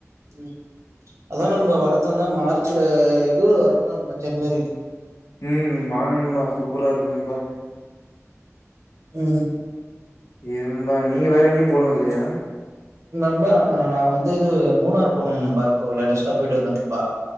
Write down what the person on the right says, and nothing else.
உம் அதா நண்பா வரதுந்தா மார்ச்ல இதுல வரணு <unintelligible> ஜனவரி ல
<unintelligible>
நண்பா நா வந்து இது மூணார் போன நண்பா இப்ப லேட்டஸ்டா போய்ட்டு வந்த நண்பா